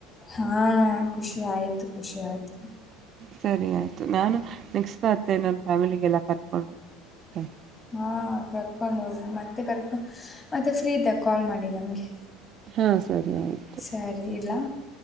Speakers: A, on the left; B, on the right.
A: ಹಾ ಖುಷಿ ಆಯ್ತು ಖುಷಿ ಆಯ್ತು
B: ಸರಿ ಆಯ್ತು ನಾನು ನೆಕ್ಸ್ಟ್ ಮತ್ತೆ ನನ್ನ ಫ್ಯಾಮಿಲಿಗೆಲ್ಲ ಕರ್ಕೊಂಡು ಹೋಗ್ತೇನೆ ಅಂತ
A: ಹಾ ಕರ್ಕೊಂಡ್ ಹೋಗ್ ಮತ್ತೆ ಕರ್ಕ ಮತ್ತೆ ಫ್ರೀ ಇದ್ದ ಕಾಲ್ ಮಾಡಿ ನಮ್ಗೆ
B: ಹಾ ಸರಿ ಆಯ್ತು
A: ಸರಿ ಇಡ್ಲಾ